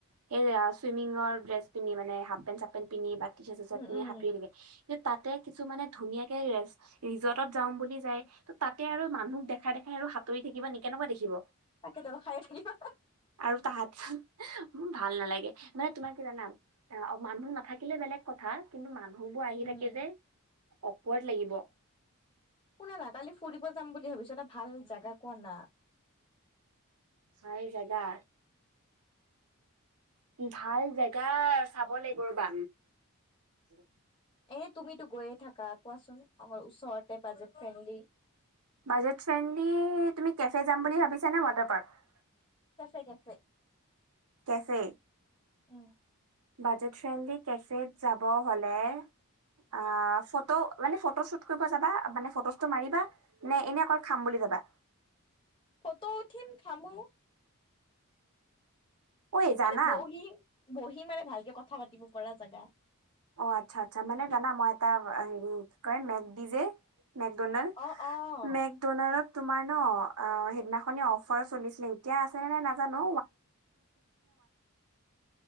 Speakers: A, on the right; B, on the left.
A: সেই চুইমিংৰ ড্ৰেছ পন্ধি মানে হাফ পেণ্ট চাপপেণ্ট পিন্ধি বা
B: উম,
A: এনে
B: উম,
A: সাঁতুৰি থাকে। যে তাতে কিছুমানানে ধুনীয়াকে ৰিজৰ্টত যাওঁ বুলি যায় ত' তাতে আৰু মানুহক দেখাই দেখাই আৰু সাঁতুৰি থাকিবা ন কেনেকুৱা দেখিব
B: তাকেতো আৰু খায়ে থাকিবা।
A: আৰু তাহাত মোৰ ভাল নালাগে মানে তোমাৰ কি জানাম মানুহ নাথাকিলে বেলেগ কথা। কিন্তু মানুহবোৰ আহি
B: উম,
A: থাকে যে অকড লাগিব।
B: শুনা না কালি ফুৰিব যাম বুলি ভাবিছো এটা ভাল জাগা কোৱা না
A: হয় এই জাগা ভাল জেগা চাব লাগিব ৰবা উ,
B: এনে তুমিতো গৈয়ে থাকা কোৱাচোন আমাৰ ওচৰতে বাজেট ফ্ৰেণ্ডলি
A: বাজেট ফ্ৰেণ্ডলি তুমি কেফে যাম বুলি ভাবিছা নে water park
B: cafe - cafe
A: cafe.
B: উম।
A: বাজেট ফ্ৰেন্ডলী কেফেত যাব হলে আ ফটো মানে ফ ফটো শ্বুট কৰিব যাবা মানে ফটোজটো মাৰিবা নে এনে অকল খাম বুলি যাবা
B: ফটো উঠিম থামু
A: ঐ জানা
B: মানে বহি, বহি মানে ভালকে কথা পাতিব পৰা জেগা।
A: অ আচ্ছা-আচ্ছা মানে জানা মই এটা হেৰি, কি কয় মেকডিজে। মেকডোনাল্ড
B: অ', অ',
A: মেকডোনাল্ডত তোমাৰ ন সেইদিনা খনে অফাৰ চলিছিলে, এতিয়া আছেনে নাই নাজানো